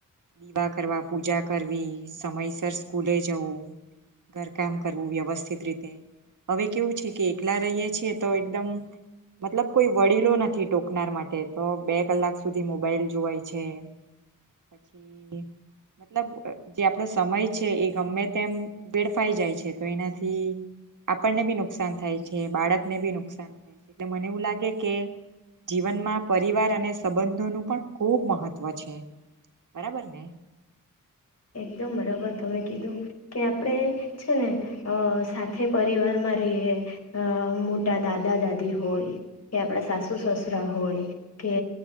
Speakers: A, on the right; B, on the left.
A: દીવા કરવા, પૂજા કરવી, સમયસર સ્કૂલે જવું, ઘરકામ કરવું વ્યવસ્થિત રીતે હવે કેવું છે કે એકલા રહીએ છીએ તો એકદમ મતલબ કોઈ વડીલો નથી ટોકનાર માટે તો બે કલાક એ મોબાઈલ જોવાય છે પછી મતલબ કે આપણો સમય છે એ ગમે તેમ બેેડફાઈ જાય છે તો એનાથી આપણને બી નુકસાન થાય છે બાળકને બી નુકસાન થાય છે એ મને એવું લાગે કે જીવનમાં પરિવાર અને સંબંધોનું પણ ખૂબ મહત્વ છે. બરાબર ને?
B: એકદમ બરાબર તમે કીધું કે આપણે છે ને સાથે પરિવારમાં રહીએ મોટા દાદા દાદી હોય, કે આપણા સાસુ સસરા હોય, કે